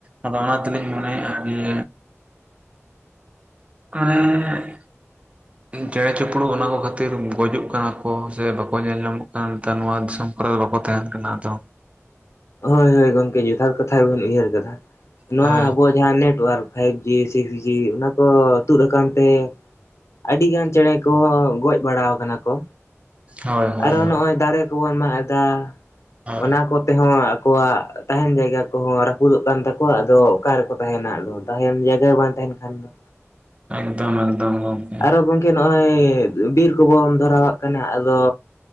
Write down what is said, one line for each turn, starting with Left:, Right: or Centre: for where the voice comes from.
Right: ᱟᱫᱚ ᱚᱱᱟᱛᱮᱞᱤᱧ ᱢᱚᱱᱮᱭᱮᱫ ᱟ ᱡᱮ ᱚᱟᱱᱮ <unintelligible> ᱪᱮᱬᱮ ᱪᱤᱯᱲᱩᱫ ᱚᱱᱟ ᱠᱚ ᱠᱷᱟᱹᱛᱤᱨ ᱜᱚᱡᱩᱜ ᱠᱟᱱᱟ ᱠᱚ ᱥᱮ ᱵᱟᱠᱩ ᱧᱮᱞ ᱧᱟᱢᱚᱜ ᱠᱟᱱᱟ ᱱᱮᱛᱟᱨ ᱱᱚᱣᱟ ᱫᱤᱥᱚᱢ ᱠᱚᱨᱮ ᱫᱚ ᱵᱟᱠᱚ ᱛᱟᱦᱮᱸᱱ ᱠᱟᱱᱟ ᱟᱫᱚ
Left: ᱦᱳᱭ, ᱦᱳᱭ ᱜᱚᱢᱠᱮ ᱡᱚᱛᱷᱟᱛ ᱠᱟᱛᱷᱟ ᱜᱮᱵᱚᱱ ᱩᱭᱦᱟᱹᱨ ᱟᱠᱟᱫᱟ, ᱱᱚᱣᱟ
Right: ᱦᱮᱸ
Left: ᱟᱵᱩᱣᱟᱜ ᱡᱟᱦᱟᱸ network five G, six G ᱚᱱᱟ ᱠᱚ ᱛᱩᱫ ᱟᱠᱟᱱ ᱛᱮ, ᱟᱰᱤᱜᱟᱱ ᱪᱮᱬᱮ ᱠᱚᱸ ᱜᱚᱡ ᱵᱟᱲᱟᱣ ᱠᱟᱱᱟ ᱠᱚ
Right: ᱦᱳᱭ ᱦᱳᱭ
Left: ᱟᱨᱚ
Right: ᱦᱳᱭ
Left: ᱱᱚᱜᱼᱚᱭ ᱫᱟᱨᱮ ᱠᱚᱵᱚᱱ ᱢᱟᱜ ᱮᱫᱟ,
Right: ᱦᱳᱭ
Left: ᱚᱱᱟ ᱠᱚᱛᱮ ᱦᱚᱸ ᱟᱠᱩᱣᱟᱜᱼᱼ ᱛᱟᱦᱮᱱ ᱡᱟᱭᱜᱟ ᱠᱚᱦᱚᱸ ᱨᱟᱯᱩᱫᱚᱜ ᱠᱟᱱ ᱛᱟᱠᱚᱣᱟ ᱟᱫᱚ ᱚᱠᱟ ᱨᱮ ᱠᱚ ᱛᱟᱦᱮᱱᱟ ᱟᱫᱚ ᱛᱟᱦᱮᱱ ᱡᱟᱭᱜᱟ ᱵᱟᱝ ᱛᱟᱦᱮᱱ ᱠᱷᱟᱱ ᱫᱚ
Right: ᱮᱠᱫᱚᱢ, ᱮᱠᱫᱚᱢ ᱜᱚᱢᱠᱮ
Left: ᱟᱨᱚ ᱦᱚ ᱜᱚᱝᱠᱮ ᱱᱚᱜᱼᱚᱭ ᱵᱤᱨ ᱠᱚᱵᱩᱱ ᱫᱷᱚᱨᱟᱣᱼᱟᱜ ᱠᱟᱱᱟ ᱟᱫᱚ᱾